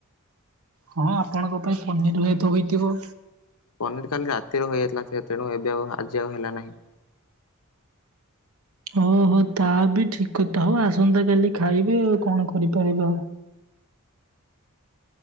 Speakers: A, on the right; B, on the left.
A: ହଁ ଆପଣଙ୍କ ପାଇଁ ପନିର୍ ହୁଏତ ହୋଇଥିବ।
B: ପନିର୍ କାଲି ରାତିରୁ ହୋଇଯାଇଥିଲା। ସେ ତେଣୁ ଏବେ ଆଉ ଆଜି ଆଉ ହେଲା ନାହିଁ।
A: ଓହୋ, ତା ବି ଠିକ କଥା ହଉ ଆସନ୍ତା କାଲି ଖାଇବେ ଆଉ କଣ କରିପାରିବେ ଆଉ।